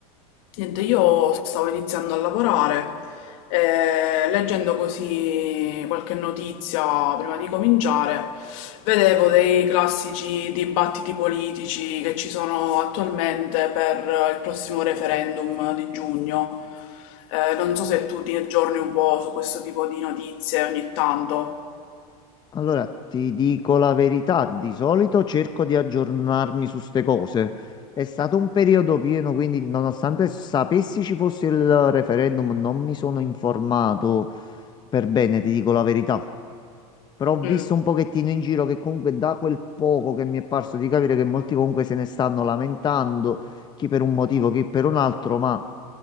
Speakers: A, on the left; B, on the left.
A: Niente, io stavo iniziando a lavorare, e leggendo così qualche notizia prima di cominciare, vedevo dei classici dibattiti politici che ci sono attualmente per il prossimo referendum di giugno. Eh, non so se tu ti aggiorni un po' su questo tipo di notizie ogni tanto.
B: Allora, ti dico la verità, di solito cerco di aggiornarmi su ste cose. È stato un periodo pieno, quindi nonostante sapessi ci fosse il referendum, non mi sono informato per bene, ti dico la verità. Però ho visto
A: Mm.
B: un pochettino in giro che comunque da quel poco che mi è parso di capire che molti comunque se ne stanno lamentando, chi per un motivo, chi per un altro, ma